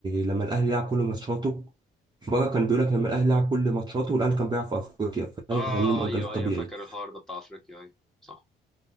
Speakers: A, on the right (about 20°); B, in the centre.
A: لما الاهلي لعب كل ماتشاته في مرة كان بيقول لك لما الاهلي لعب كل ماتشاته والاهلي كان بيلعب في افريقيا فده
B: اه
A: كان ليه مؤجل
B: ايوه
A: الطبيعي
B: ايوه فاكر الحوار ده بتاع افريقيا ايوه صح